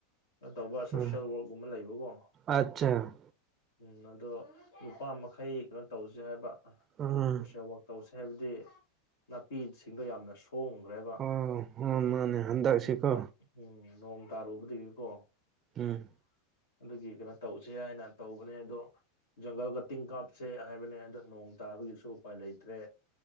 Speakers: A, on the left; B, on the right.
A: ꯑꯥ ꯇꯧꯕ ꯁꯣꯁꯦꯜ
B: ꯎꯝ
A: ꯋꯥꯔꯛꯀꯨꯝꯕ ꯂꯩꯕꯀꯣ
B: ꯑꯠꯆꯥ
A: ꯎꯝ ꯑꯗꯣ ꯅꯨꯄꯥ ꯃꯈꯩ ꯀꯩꯅꯣ ꯇꯧꯁꯦ ꯍꯥꯏꯕ
B: ꯎꯝ
A: ꯁꯣꯁꯜ ꯋꯥꯛ ꯇꯧꯁꯦ ꯍꯥꯏꯕꯗꯤ ꯅꯥꯄꯤꯁꯤꯡꯗꯣ ꯌꯥꯝꯅ ꯁꯣꯡꯈ꯭ꯔꯦꯕ
B: ꯍꯥ ꯍꯥ ꯃꯥꯅꯦ ꯍꯟꯗꯛꯁꯤꯀꯣ
A: ꯑꯗꯨꯒꯤ ꯈꯔ ꯎꯝ ꯅꯣꯡ ꯇꯥꯔꯨꯕꯗꯒꯤꯀꯣ
B: ꯎꯝ
A: ꯑꯗꯨꯒꯤ ꯀꯩꯅꯣ ꯇꯧꯁꯦ ꯍꯥꯏꯅ ꯇꯧꯕꯅꯦ ꯑꯗꯣ ꯖꯪꯒꯜꯒ ꯀꯇꯤꯡ ꯀꯥꯞꯁꯦ ꯍꯥꯏꯕꯅꯦ ꯑꯗꯣ ꯅꯣꯡ ꯇꯥꯕꯒꯤꯁꯨ ꯎꯄꯥꯏ ꯂꯩꯇ꯭ꯔꯦ